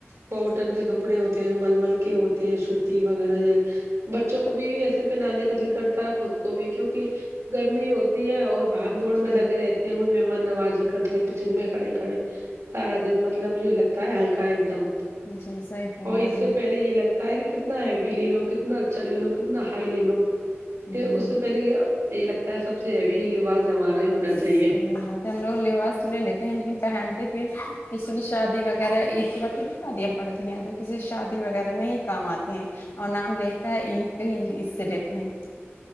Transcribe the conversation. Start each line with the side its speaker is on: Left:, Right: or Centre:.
Right: کوٹن کے کپڑے ہوتے ہیں مل مل کے ہوتے ہیں سوتی وغیرہ یہ بچوں کو بھی ایسے پہنانے کا دل کرتا ہے خود کو بھی کیوںکہ گرمی ہوتی ہے اور بھاگ دوڑ
Left: جی
Right: میں لگے رہتے وہ مہمان نوازی کرتے کچن میں کھڑے کھڑے سارا دن مطلب یہ لگتا ہے ہلکا ایک دم
Left: جی صحیح فرما
Right: اور اس
Left: رہے
Right: سے پہلے یہ لگتا کہ کتنا ہیوی لے لو کتنا اچھا لے لو کتنا ہائی لے لو
Left: ہیں
Right: یہ
Left: جی
Right: اس سے پہلے یہی لگتا ہے سب سے ہیوی لباس ہمارا ہی ہونا
Left: صحیح
Right: چاہیے
Left: بات ہم لوگ لباس لے لیتے ہیں لیکن پہنتے پھر کسی بھی شادی وغیرہ عید کی شادں پڑتی ہیں تو کسی شادی وغیرہ میں ہی کام آتی اور نام لیتا ہے عید کا ہی حصے رہتے ہیں